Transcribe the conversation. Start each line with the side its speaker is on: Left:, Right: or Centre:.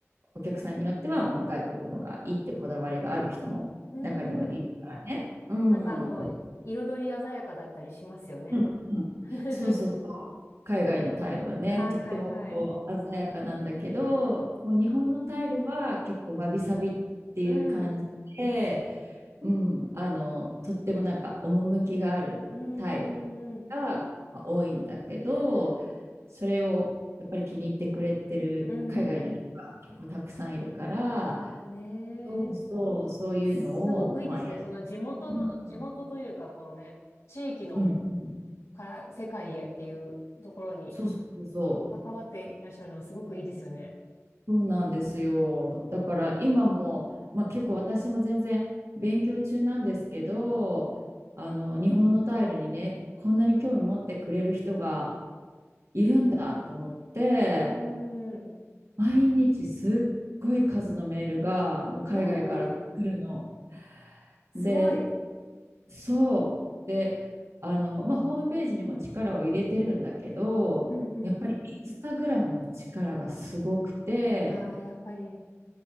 Right: お客さんによってはもう外国のがいいってこだわりがある人も中にはいるからね。
Left: うーん。
Right: うん。
Left: なんかあの、
Right: うん
Left: 彩り鮮やかだったりしますよね。
Right: うん
Left: <laughs>
Right: そうそうそう。海外のタイルはね、
Left: はいはいはい。
Right: とってもこう鮮やかなんだけど、もう日本のタイルは結構わびさびっていう感じで、
Left: うん。
Right: うん、あの、とってもなんか趣があるタイルが多いんだけど、
Left: うんうんうんうん。
Right: それをやっぱり気に入ってくれてる海外の人が結構たくさんいるから、
Left: うんうんうん。ああねー。
Right: そうそう、そういうのを、
Left: すごくいいですね。
Right: まあ、やる。
Left: その地元の、
Right: うん
Left: 地元というか、このね、地域の
Right: うん、うん
Left: から世界へっていうところに
Right: そうそうそう、
Left: 関わっていらっしゃるのはすごくいいですよね。
Right: そうなんですよ。だから今も、まあ、結構私も全然勉強中なんですけど、あの、日本のタイルにね、こんなに興味持ってくれる人が、いるんだと思って、
Left: うーん。
Right: 毎日すっごい数のメールがもう海外から来るの。
Left: ねえすごい。
Right: で、そう。で、あの、まあ、ホームページにも力を入れてるんだけど、
Left: うんうん。
Right: やっぱりインスタグラムの力がすごくて、
Left: ああ、やっぱり。